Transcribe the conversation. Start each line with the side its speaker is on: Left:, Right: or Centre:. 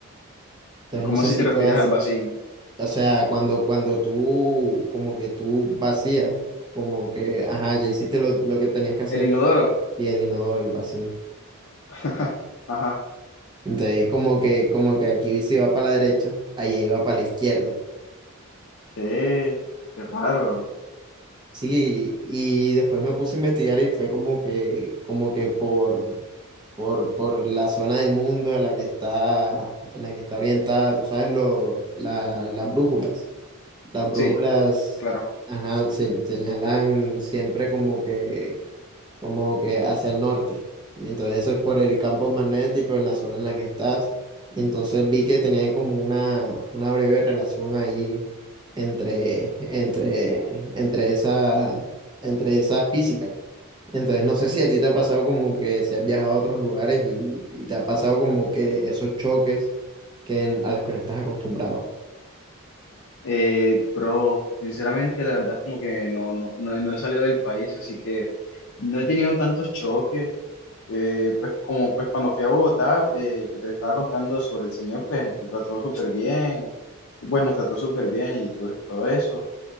Right: Entonces
Left: Pero ¿Cómo
Right: no sé
Left: así
Right: si
Left: te refieres
Right: tú has,
Left: al vacín?
Right: o sea, cuando, cuando tú, como que tú vacías, como que, ajá, ya hiciste lo, lo que tenías que hacer,
Left: ¿El inodoro?
Right: y el inodoro, el Bacín.
Left: <laughs> Ajá,
Right: Entonces como que, como que aquí si va para la derecha, allá iba para la izquierda.
Left: qué, qué raro.
Right: Sí, y, y después me puse a investigar y fue como que, como que por, por, por la zona del mundo a la que está, en la que está orientada, tú sabes, lo, la- las brújulas. Las brújulas,
Left: Sí, claro.
Right: ajá, se- señalan siempre como que como que hacia el norte. Y entonces eso es por el campo magnético en la zona en la que estás. Y entonces vi que tenía como una, una breve relación ahí entre, entre, entre esa, entre esa física. Entonces no sé si a ti te ha pasado como que si has viajado a otros lugares y, y te ha pasado como que esos choques que en- a los que no estás acostumbrado.
Left: Eh, bro, sinceramente, la verdad es como que no, no, no, no he salido del país, así que no he tenido tantos choques. Eh, pues como pues cuando fui a Bogotá, eh, que te estaba contando sobre el señor, pues me trató súper bien, bueno nos trató súper bien y todo, todo eso,